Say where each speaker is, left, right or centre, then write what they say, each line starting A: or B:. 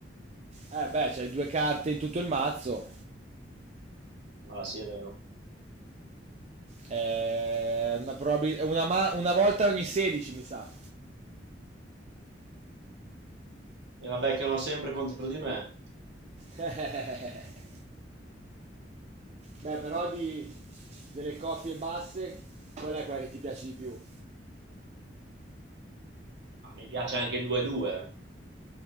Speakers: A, on the right; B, on the right.
A: Eh beh, c'hai due carte in tutto il mazzo.
B: Ah sì, è vero.
A: Eh, una, probabil- una, ma- una volta ogni 16 mi sa.
B: E la beccano sempre contro di me.
A: <laughs> Beh, però di, delle coppie basse, qual è quella che ti piace di più?
B: Ma mi piace anche il 2-2.